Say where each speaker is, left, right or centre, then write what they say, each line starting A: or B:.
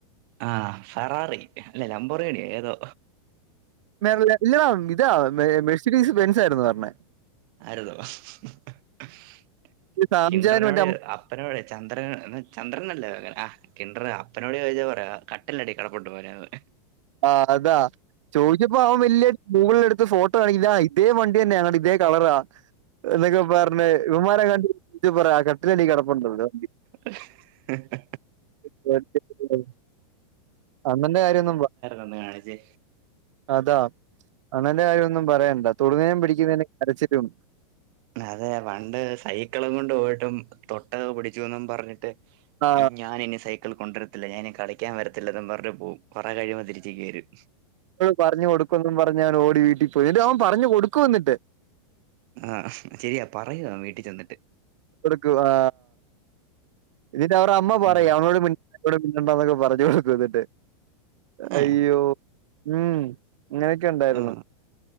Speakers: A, on the right; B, on the right.
A: ആഹ് ഫറാറി അല്ല ലമ്പോർഗിണിയോ ഏതോ
B: മ ഇല്ല ഇതാ മെസിഡീസ് ബെൻസ് ആരുന്ന് പറഞ്ഞെ
A: ആയിരുന്നോ ഹ് ഹ് ഹ്
B: സാംജാനും
A: കിന്റ്രനൊട്
B: എന്റെ അമ്മ
A: അപ് അപ്പ ചന്ദ്രൻ ചന്ദ്രനല്ലേ വേഗനാ അ കിണ്ടർ അപ്പനോട് ചോദിച്ചാ പറയാ കട്ടിലടി കെടപ്പുണ്ടു മോനേന്ന്
B: ആ അതാ ചോദിച്ചപ്പോ അവൻ വലിയ ഗൂഗിളിൽ എടുത്ത് ഫോട്ടോ കാണിക്കി ഇതാ ഇതേ വണ്ടി തന്നെയ ഇതേ കളറാ എന്നൊക്കെ പറഞ്ഞ് ഇവൻമാരെ കണ്ട് പറ ആ കട്ടിലെടെ കെടപ്പുണ്ടല്ലോ
A: ഹ് ഹഹ
B: <unintelligible>
A: ഒന്ന് കാണിച്ചേ
B: അതാ അണ്ണന്റെ കാര്യൊന്നും പറയണ്ട തൊടുന്നേനും പിടിക്കുന്നതിനും കരച്ചിലും
A: അതെ പണ്ട് സൈക്കിളും കൊണ്ട് പോയിട്ടും തൊട്ട് പിടിച്ചുന്നും പറഞ്ഞിട്ട്
B: ആ
A: ഈ ഞാനിനി സൈക്കിൾ കൊണ്ടുവരത്തില്ല ഞാന് ഇനി കളിക്കാൻ വരത്തില്ല അതും പറഞ്ഞു പോവും കൊറെ കഴിയുമ്പോ തിരിചിങ്ങ് വരും
B: പറഞ്ഞ് കൊടുക്കെന്നും പറഞ്ഞ് അവൻ ഓടി വീട്ടിൽ പോയിട്ട് അവൻ പറഞ്ഞു കൊടുക്കും എന്നിട്ട്
A: ആഹ് ശരിയാ പറയൂം അവൻ വീട്ടിൽ ചെന്നിട്ട്
B: കൊടുക്കും ആ എന്നിട്ട് അവർട അമ്മ പറയും
A: ഉം
B: അവനോട് ടെ മിണ്ടണ്ടാന്നൊക്കെ പറഞ്ഞു കൊടുക്കും എന്നിട്ട് അയ്യോ
A: ഏഹ്
B: ഉം അങ്ങനെയൊക്കെ ഉണ്ടായിരുന്നു
A: ആ